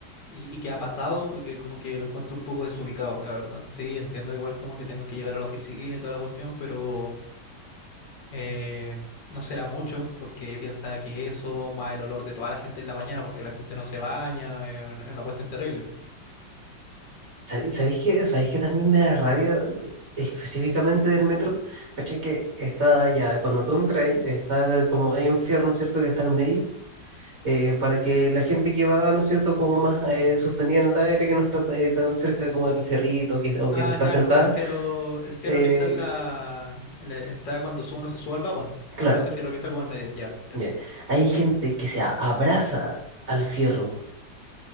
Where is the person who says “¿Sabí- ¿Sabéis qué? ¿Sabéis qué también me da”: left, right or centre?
Right